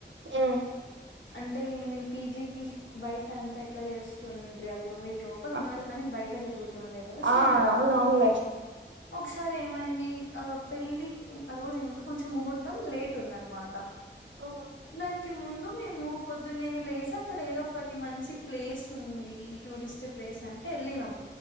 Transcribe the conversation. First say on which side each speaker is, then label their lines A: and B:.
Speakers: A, on the right; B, on the left.
A: ఉ
B: అంటే మీ పీజీకి బయట అంతా ఎట్లా చేస్తునింట్రి అప్ అప్పుడు మీరు లోపల
A: ఆహ్,
B: ఉన్నారు కానీ బయట జరుగుతుండే కదా సేమ్
A: ఆ
B: అట్లా
A: అవునవునులే.
B: ఒకసారి ఏమైంది ఆ పెళ్ళి ఆ రోజు ఇంకా కొంచెం ముహూర్తం లేట్ ఉందనమాట
A: ఆ!
B: దానిక్ ముందు మేము పొద్దున్నే నే లేదు అక్కడ ఏదో ఒకటి మంచి ప్లేస్ ఉంది ఈ టూరిస్ట్ ప్లే ప్లేస్ అంటే వెళ్ళినాం